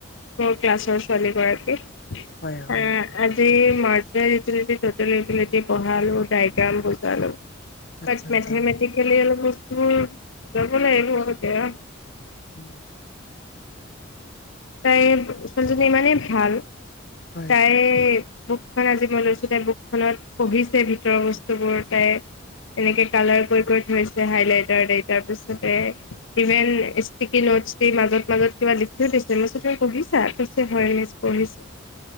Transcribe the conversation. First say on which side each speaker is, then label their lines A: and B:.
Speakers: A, on the left; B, on the left.
A: মোৰ ক্লাছৰ ছোৱালী গৰাকীক। উম।
B: হয় হয়
A: আজি মাচেন্ত ইউতিলিটি টোটেল ইউটিলিতী ডাইগ্ৰাম বুজালোঁ।
B: আচ্ছা আচ্ছা
A: মেথামেথিকেলি অলপ বস্তু ল'ব লাগিব এইকেইটা।
B: উম।
A: তাই ছোৱালীজনী ইমানেই ভাল।
B: হয়
A: তাই বুকখনত আজি মই লৈছো। তাইৰ বুকখনত পঢ়িছে ভিতৰৰ বস্তুবোৰ তাই এনেকে কালাৰ কৰি- কৰি থৈছে। হাইলাইটাৰ দিয়ে। তাৰ পিছতে ইভেন ষ্টিকি নোট মাজত- মাজত কিবা লিখিও লৈছে। কেমেছট্ৰি তই পঢ়িছা? <inaudible>